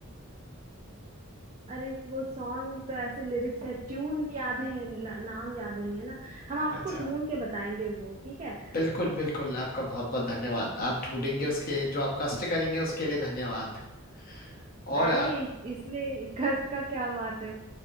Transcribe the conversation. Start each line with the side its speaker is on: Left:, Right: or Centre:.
Right: अरे वो सॉन्ग तो ऐसे लिरिक्स है ट्यून याद है ना, नाम याद नहीं है ना हम आपको
Left: अच्छा
Right: ढूंढ के बताएंगे वो ठीक है
Left: बिल्कुल बिल्कुल आपका बहुत बहुत धन्यवाद आप ढूंढेंगे उसके जो आप कष्ट करेंगे उसके लिए धन्यवाद और
Right: अरे
Left: आ,
Right: इसमें कस का क्या बात है